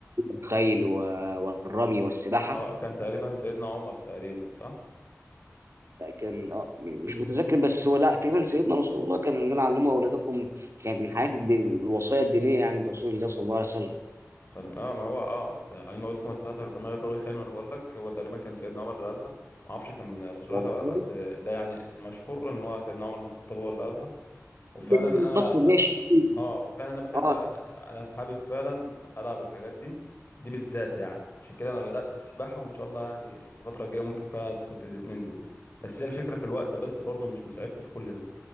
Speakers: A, on the right (about 60°); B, on the left (about 45°).
A: الخيل و- والرمي والسباحة
B: اه كان تقريبا سيدنا عمر تقريبا صح
A: كان آه، مش متذكر بس هو لا تقريبا سيدنا رسول الله كان قال علموا أولادكم كانت من حياة الدين الوصايا الدينية يعني لرسول الله صلى الله عليه وسلم
B: سلام اه ما هو اه علم موتكم السبات ما يقال الخير وانا بقول لك هو تقريبا كان سيدنا عمر اللي قالها ما اعرفش كان رسول
A: والله
B: الله ولا لا بس ده يعني المشهور ان هو سيدنا عمر بن الخطاب هو اللي قالها وفعلا
A: نيجي
B: انا
A: نتفق ماشي
B: ب...
A: أكيد.
B: اه وفعلا انا بحب
A: اه
B: انا حابب فعلا العب الحاجات دي دي بالذات يعني عشان كده انا بدأت في السباحة وان شاء الله يعني في الفترة الجاية ممكن فعلا ادخل في الاتنين دول بس هي الفكرة في الوقت بس برضو مش مسعفني في كل دول